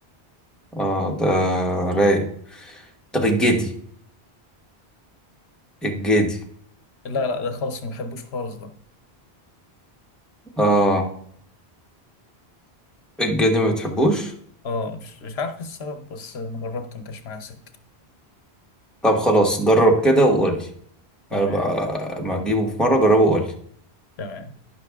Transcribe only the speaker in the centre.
اه ده رايق طب الجدي الجدي
اه الجدي ما بتحبوش؟
طب خلاص جرب كده وقولي
أنا بقى- ما تجيبه في مرة جربه وقولي